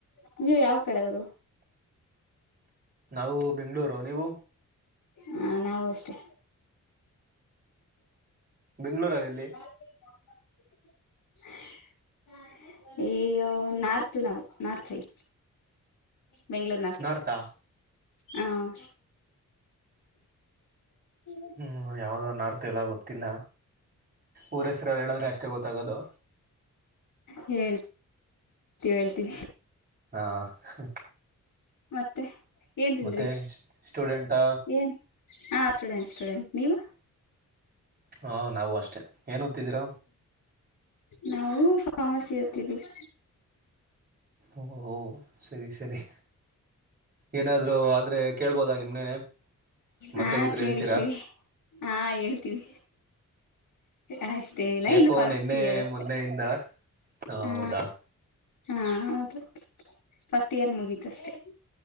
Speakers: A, on the left; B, on the right.
A: <unintelligible> ಯಾವ್ ಕಡೆಯರವ್ರು.
B: ನಾವು ಬೆಂಗಳೂರು ನೀವು
A: ಹಾ ನಾವು ಅಷ್ಟೆ
B: ಬೆಂಗಳೂರಲ್ ಎಲ್ಲಿ
A: <inaudible> ಈ ಯೋ ನಾರ್ತ್ ನಾವು ನಾರ್ತ್ ಸೈಡ್. ಬೆಂಗಳೂರು ನಾರ್ತ್
B: ನಾರ್ತಾ
A: ಹ್ಮ್ <inaudible>
B: ಹ್ಞೂ ಯಾವುದೋ ನಾರ್ತ್ ಎಲ್ಲ ಗೊತ್ತಿಲ್ಲ ಊರೆಸ್ರು ಹೇಳಿದ್ರೆ ಅಷ್ಟೇ ಗೊತ್ತಾಗೋದು.
A: ಹೇಳ್ ತಿವ್ ಹೇಳ್ತೀನಿ.
B: ಆ ಹ್
A: ಮತ್ತೆ ಏನ್ ತಿಂದ್ರಿ
B: ಮತ್ತೆ ಸ್ಟೂಡೆಂಟಾ
A: ಏನ್ ಹಾ ಸ್ಟೂಡೆಂಟ್ ಸ್ಟೂಡೆಂಟ್ ನೀವು?
B: ಹಾ ನಾವು ಅಷ್ಟೇ ಏನ್ ಓದ್ತಿದ್ದೀರ.
A: ನಾವೂ ಫಾರ್ಮೆಸಿ ಓದ್ತಿದ್ದೀವ್
B: ಓಹೋ ಸರಿ ಸರಿ ಏನಾದರೂ ಆದ್ರೆ ಕೇಳ್ಬೋದಾ ನಿಮ್ನೆನೆ ಮಾತ್ರೆ
A: ಹಾ
B: ಗೀತ್ರೆ
A: ಕೇಳಿ
B: ಹೇಳ್ತೀರ.
A: ಕೇಳಿ ಹಾ ಹೇಳ್ತೀವಿ. ಅಷ್ಟೇನಿಲ್ಲ
B: ಯಾಕೋ
A: ಇನ್ನು ಫಸ್ಟ್
B: ನಿನ್ನೆ
A: ಇಯರ್ ಅಷ್ಟೆ
B: ಮೊನ್ನೆಯಿಂದ ಹ
A: ಹಾ.
B: ಹೌದಾ
A: ಹಾ ಹೌದು ಫಸ್ಟ್ ಇಯರ್ ಮುಗೀತ್ ಅಷ್ಟೇ.